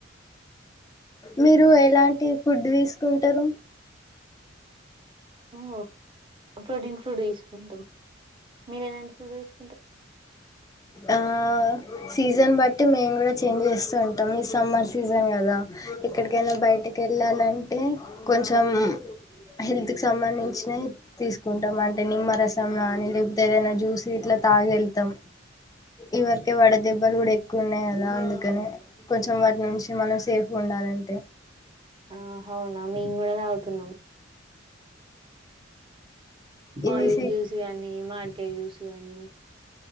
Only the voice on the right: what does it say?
ఓ ప్రోటీన్ ఫుడ్ తీసుకుంటాం మీరు ఎలాంటి ఫుడ్ తీసు
ఆ
ఆ హవునా మేము కూడా తాగుతున్నాం
ఆరేంజ్ జూస్ గానీ మాడి కెయ్ జూస్ గానీ